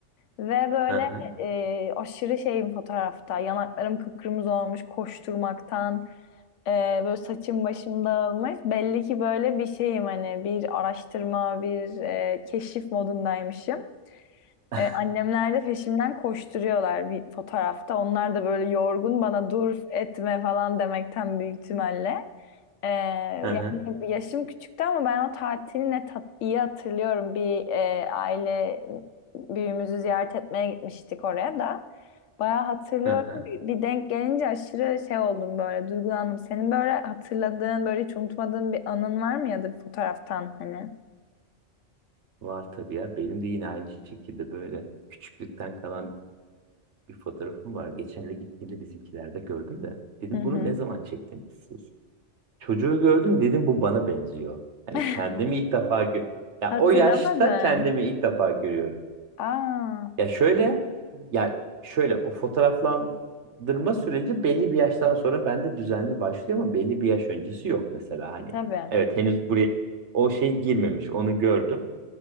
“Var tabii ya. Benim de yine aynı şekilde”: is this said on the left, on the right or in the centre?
Right